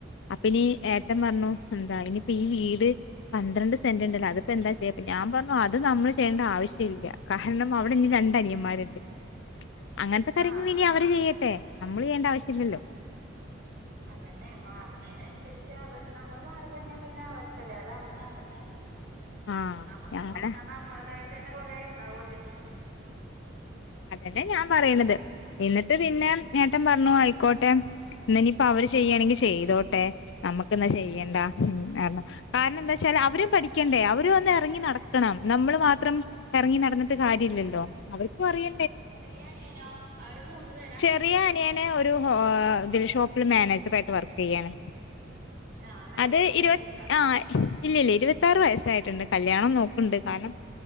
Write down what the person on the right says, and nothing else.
ആഹ്
അതന്നെ മാറ്ണയ്നനുസരിച്ച് അവ നമ്മള് മാറികഴിഞ്ഞാ പിന്നെ അവർക്കല്ലേ അത് അവര് നോക്കട്ടെ.
നമ്മക്ക്
നോക്കാൻ നമ്മളതായിട്ട്ന്നെ കൊറേ ണ്ടാവുല്ലോ ഇനി.
ചെറിയനിയനോ അവര് മൂന്ന് പേരാ?
ആഹ് മാരേജ്
കഴിഞ്ഞിട്ടില്ല